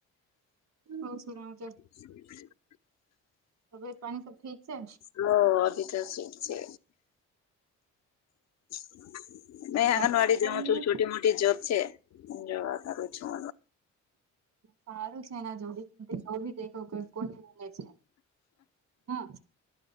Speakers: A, on the right (about 60°); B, on the left (about 60°).
A: ઓ સુણાવજો
B: <inaudible>
A: તબિયેત પાણી સબ ઠીક છે?
B: લો અભી તો ઠીક છે. <inaudible> મે આંગણવાડી
A: મોસમ
B: જઉં છું છોટી મોટી જોબ છે જોવા કરું છું.
A: સારું છે એના જોડી જો ભી દેખ કોને મ છે હા